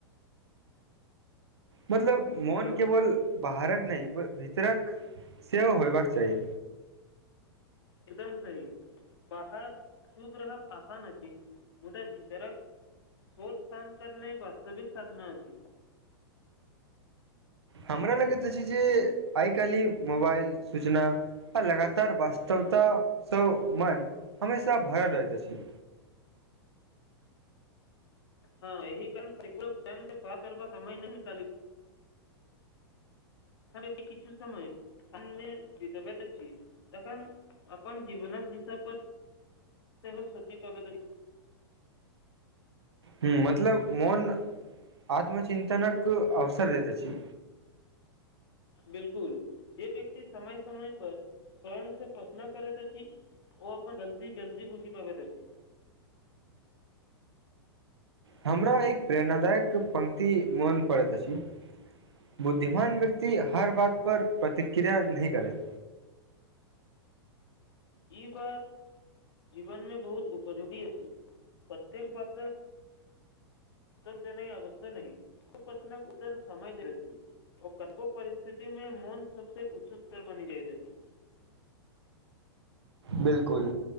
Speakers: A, on the right; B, on the left.
A: मतलब मोन
B: हेलो
A: केवल बाहरक नहि भीतरक सेहो होयबाक चाही
B: एकदम सही बाहर शुभ रहब आसान अछि मुदा भीतरक मोन शांत करनाइ वास्तविक साधना अछि
A: हमरा लगैत तऽ अछि जे आइ काल्हि मोबाइल सूचना आ लगातार वास्तवता स मन हमेशा भरल रहैत अछि
B: हँ एहि कारण क स त बात करब समाइ नहि निकाल किछु समय स जीतबैत छी तखन अपन जीवनक दिशा पर सेहो हो सोची प्रगती
A: ह्म मतलब मौन आत्मचिन्तनक अवसर देैत अछि
B: बिल्कुल जे व्यक्ति समय समय पर स्वयं से पसना करैत अछि ओ अपन गलती जल्द बूझी पाबैत अछि
A: हमरा एक प्रेरणादायक पंक्ति मोन पड़ैत अछि बुद्धिमान व्यक्ति हर बात पर प्रतिक्रिया नही करैत
B: ई बात जीवनमे बहुत उपजोगी अछि प्रतेक बातक तर देनाइ अवश्य नहि प्रश्नक उत्तर समय दै छी ओ कतको परिस्थिति में मौन सबस उच्च स्तर बनि जाइत अछि
A: बिल्कुल